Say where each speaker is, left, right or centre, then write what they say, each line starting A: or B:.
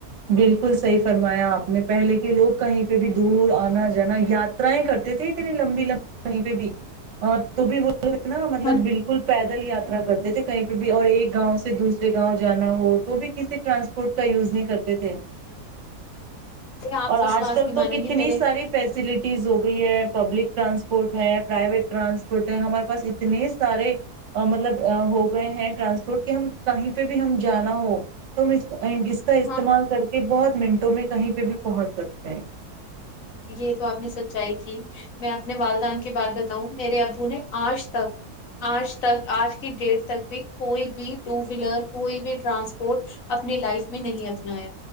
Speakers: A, on the right (about 55°); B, on the left (about 65°).
A: بالکل صحیح فرمایا آپ نے پہلے کے لوگ کہیں پہ بھی دور آنا جانا یاترائیں کرتے تھے اتنی لمبی لمبی کہیں پہ بھی تو بھی وہ نا مطلب
B: ہے
A: بالکل پیدل یا کرتے تھے کہیں پہ بھی اور ایک گاؤں سے دوسرے گاؤں جانا ہو تو بھی کسی ٹرانسپورٹ کا یوز نہیں کرتے تھے
B: آپ
A: اور
B: وشواس
A: آج کل
B: نہیں مانیں
A: تو کتنی
B: گے میرے
A: ساری فیسلٹی ہو گئی ہے پبلک ٹرانسپورٹ ہے پرائیویٹ ٹرانسپورٹ ہے ہمارے پاس اتنے سارے مطلب ہو گئے ہیں ٹرانسپورٹ کہ ہم کہیں پہ بھی ہم جانا ہو تو ہم اس کا استعمال
B: ہاں
A: کر کہ بہت منٹوں میں کہیں پہ بھی پہنچ سکتا ہیں
B: یہ تو آپ نے سچائی کی میں اپنے والدان کی بات بتاؤں میرے ابو نے آج تک آج تک آج کی ڈیٹ تک بھی کوئی بھی ٹو ویلر کوئی بھی ٹرانسپورٹ اپنی لائف میں نہیں اپنایا